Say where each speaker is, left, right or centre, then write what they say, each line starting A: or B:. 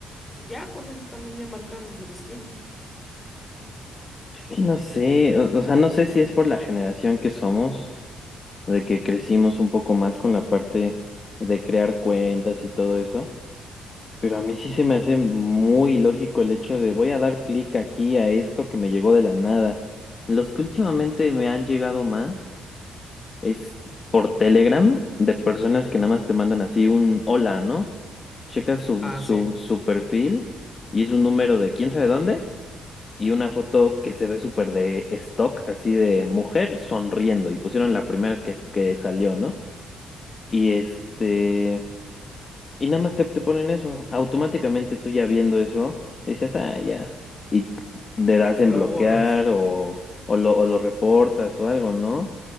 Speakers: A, on the left; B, on the left.
A: y ya con eso también ya marcaron su destino.
B: Es que no sé, o, o sea, no sé si es por la generación que somos, de que crecimos un poco más con la parte de crear cuentas y todo eso, pero a mí sí se me hace muy lógico el hecho de voy a dar clic aquí a esto que me llegó de la nada. Los que últimamente me han llegado más. Es por Telegram de personas que nada más te mandan así un hola, ¿no? Checas su,
A: Ah,
B: su,
A: sí,
B: su perfil y es un número de quién sabe dónde y una foto que se ve súper de stock, así de mujer sonriendo y pusieron la primera que, que salió, ¿no? Y este, y nada más te, te ponen eso. Automáticamente tú ya viendo eso, dices, ah, ya. Y le das
A: lo
B: en bloquear
A: borras.
B: o, o lo, o lo reportas o algo, ¿no?